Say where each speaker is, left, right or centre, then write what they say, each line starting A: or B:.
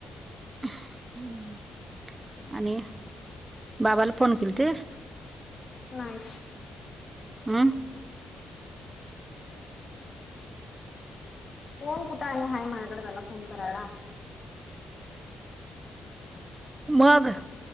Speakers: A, on the right (about 30°); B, on the left (about 50°).
A: हं, आणि बाबाला फोन केलतीस?
B: नाही.
A: अं?
B: फोन कुठं आणि हाय महयाकडे त्याला फोन करायला?
A: मग